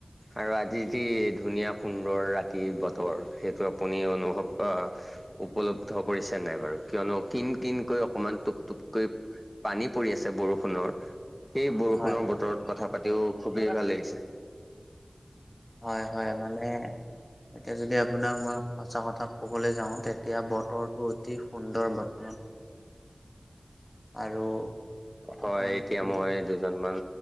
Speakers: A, in the centre; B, on the left (about 20°).
A: আৰু আজি যি ধুনীয়া সুন্দৰ ৰাতি বতৰ, সেইটো আপুনি অনুভৱ অ' উপলব্ধ কৰিছে নাই বাৰু। কিয়নো কিন কিনকৈ অকমান টোপ টোপকৈ পানী পৰি আছে বৰষুণৰ। এই বৰষুণৰ
B: হয়,
A: বতৰত কথা পাতিও খুবেই ভাল লাগিছে।
B: হয়- হয় মানে। তাকে যদি আপোনাক মই সঁচা কথা ক'বলৈ যাও তেতিয়া বতৰটো অতি সুন্দৰ বতৰ। আৰু
A: হয়
B: আপোনাক
A: এতিয়া
B: যদি
A: মই কেইজনমান